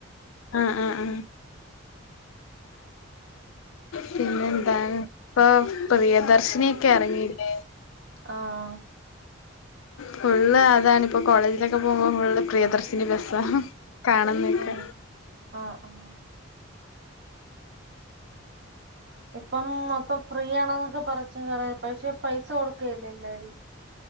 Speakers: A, on the left; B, on the right.
A: ആഹ് ആഹ് ആഹ് പിന്നെ എന്താണ് ഇപ്പാ പ്രിയദർശിനിയൊക്കെ എറങ്ങിയില്ലേ.
B: ആഹ്
A: ഫുള്ള് അതാണിപ്പൊ കോളേജിലൊക്കെ പോകുമ്പൊ ഫുള്ള് പ്രിയദർശിനി ബസ്സാ കാണുന്നൊക്കെ
B: ആണോ ഉം ആഹ് ആഹ് ഇപ്പം മൊത്തം ഫ്രീ ആണ്ന്നൊക്കെ പറച്ചില് തൊടങ്ങി പക്ഷെ പൈസ കൊട്ക്കയല്ലേ എല്ലാരും.